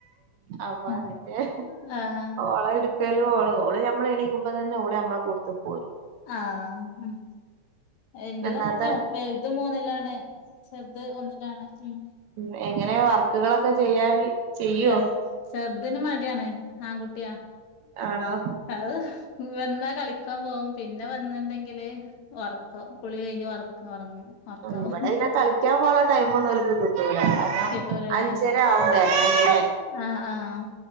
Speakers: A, on the right (about 75°); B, on the left (about 70°).
A: അപ്പൊ
B: ഉം
A: അതിന്റെ
B: ആഹ് ആഹ്
A: ഓളെ എടുക്കലും
B: എഹ്
A: ഓള് ഞമ്മെളെണീക്കുമ്പ തന്നെ ഓള് ഞമ്മെളെ കൂട്ത്ത് പോരും
B: ആഹ് ഉം ഇന്റെതും
A: താത്ത
B: അങ്ങൻന്നെ വെൽത് മൂന്നിലാണ് ചെർത് ഒന്ന്ലാണ് ഉം
A: കം എങ്ങെനേ വർക്ക്കളൊക്കെ ചെയ്യാന് ചെയ്യോ
B: ചെർ ചെർതിന് മട്യാണ് ആങ്കുട്ട്യാ
A: ആണോ
B: അത് വെന്നാ കളിക്കാം പോകും പിന്നെ വെന്ന്ണ്ടെങ്കില് ഒർക്കം കുളി കഴിഞ്ഞ് ഒർ ഒറങ്ങും ഒറക്കാവും
A: ഉം ഇവടെ പിന്നെ കളിയ്ക്കാം പോവാൻള്ള ടൈമൊന്നും ഓല്ക് കിട്ടൂലാ അ
B: കിട്ടൂലല്ലേ
A: അഞ്ചര ആവും വെര്ണെങ്കില്
B: ആഹ് ആഹ്